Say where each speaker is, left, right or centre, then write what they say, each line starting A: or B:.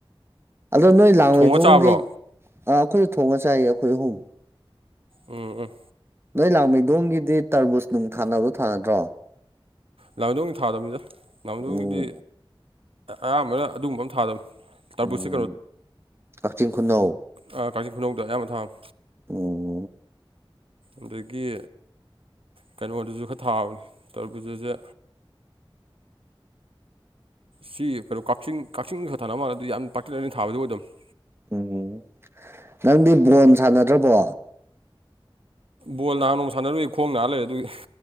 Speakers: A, on the right; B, on the right.
A: ꯑꯗꯨ ꯅꯣꯏ ꯂꯥꯡꯃꯩꯗꯣꯡꯗꯤ
B: ꯊꯣꯡꯉ ꯆꯥꯕ꯭ꯔꯣ
A: ꯑꯥ ꯑꯩꯈꯣꯏꯁꯨ ꯊꯣꯡꯉꯒ ꯆꯥꯏꯌꯦ ꯑꯩꯈꯣꯏ ꯑꯍꯨꯝ
B: ꯎꯝ-ꯎꯝ
A: ꯅꯣꯏ ꯂꯥꯡꯃꯩꯗꯣꯡꯒꯤꯗꯤ ꯇꯔꯕꯨꯖ ꯅꯨꯡ ꯊꯥꯅꯕꯗꯣ ꯊꯥꯅꯗ꯭ꯔꯣ
B: ꯂꯥꯥꯡꯃꯩꯗꯣꯡꯒꯤ ꯊꯥꯗꯕꯅꯤꯗ ꯂꯥꯡꯃꯩꯗꯣꯡꯒꯤꯗꯤ
A: ꯎꯝ
B: ꯑꯌꯥꯝꯕꯅ ꯑꯗꯨꯒꯨꯝꯕ ꯑꯝ ꯊꯥꯗꯕꯅꯤ ꯇꯔꯕꯨꯁꯁꯦ
A: ꯎꯝ ꯀꯛꯆꯤꯡ ꯈꯨꯅꯧ
B: ꯑꯥ ꯀꯛꯆꯤꯡ ꯈꯨꯅꯧꯗ ꯑꯌꯥꯝꯕ ꯊꯥꯕ
A: ꯎꯝ
B: ꯑꯗꯒꯤ ꯀꯩꯅꯣꯗꯖꯨ ꯈꯔ ꯊꯥꯕꯅꯦ ꯇꯔꯕꯨꯖꯖꯦ ꯁꯤ ꯀꯩꯅꯣ ꯀꯛꯆꯤꯡ-ꯀꯛꯆꯤꯡ ꯈꯔ ꯊꯥꯅꯕ ꯃꯥꯜꯂꯤ ꯌꯥꯝ ꯄꯥꯛꯇꯛꯅꯅ ꯊꯥꯕꯗꯤ ꯑꯣꯏꯗꯝꯅꯦ
A: ꯎꯝ ꯅꯪꯗꯤ ꯕꯣꯟ ꯁꯥꯟꯅꯗ꯭ꯔꯕꯣ
B: ꯕꯣꯟ ꯅꯍꯥꯟ ꯅꯣꯡꯃ ꯁꯥꯟꯅꯔꯨꯏ ꯈꯣꯡ ꯅꯥ ꯂꯩꯔꯦ ꯑꯗꯨꯒꯤ